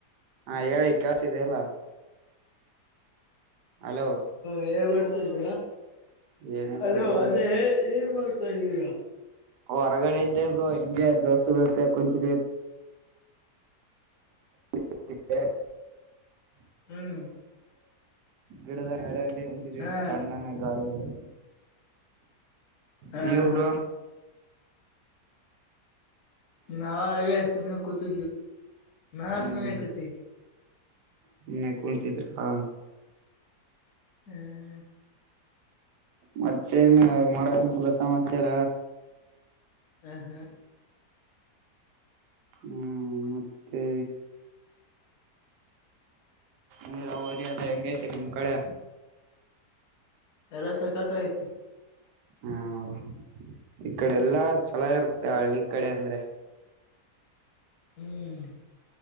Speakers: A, on the right; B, on the left.
A: ಹಾ ಹೇಳಿ ಕೆಲಸಿದೆ ಅಲ್ಲ ಹಲೋ
B: ಹೇ ಮಾಡ್ತಾರಾ
A: ಏನಿಲ್ಲ
B: ಅಲ್ಲ
A: ಬ್ರೋ
B: ಅದೇ ಹೇಗ್ ಮಾಡ್ತಾ ಇದ್ದೀರಾ
A: ಹೊರಗಡೆ ಇದ್ದೇ ಬ್ರೋ ಹೆಿಂಗೆ ದೋಸ್ತಸ್ತೆ ಕುಂಚಿ ಇ <inaudible> <unintelligible>
B: ಹ್ಮ್
A: ಗಿಡದ ನಳೆಯಲ್ಲಿ ಕುಂಚಿದ್ವಿ
B: ಹಾ
A: ತಣ್ಣನ ಗಾಳಿಗೆ
B: ಹಾ
A: ನೀ ಒಬರ
B: ಹಾ ನವ ಆ ಸುನ ಕೂತು ನ
A: ಹ್ಮ್
B: ಸುನ ಕೂತಿ
A: ಸುಮ್ನೆ ಕುಂತಿದ್ರಾ
B: ಹ್ಮ್
A: ಮತ್ತೇನ್ ಮಾಡಕುಲ್ಲ ಸಮಾಚಾರ
B: ಹ್ಮ ಹಾ
A: ಹ್ಮ್ ಮತ್ತೆ ನೀರಾವರಿ ಅಂದ ಹೆಂಗತಿ ನಿಮ್ ಕಡೆ
B: ಎಲ್ಲ ಸಕತ ಆತಿ
A: ಹ ಈ ಕಡೆ ಎಲ್ಲಾ ಚಲ ಇರುತ್ತೆ ಹಳ್ಳಿ ಕಡೆ ಅಂದ್ರೆ
B: ಹ್ಮ್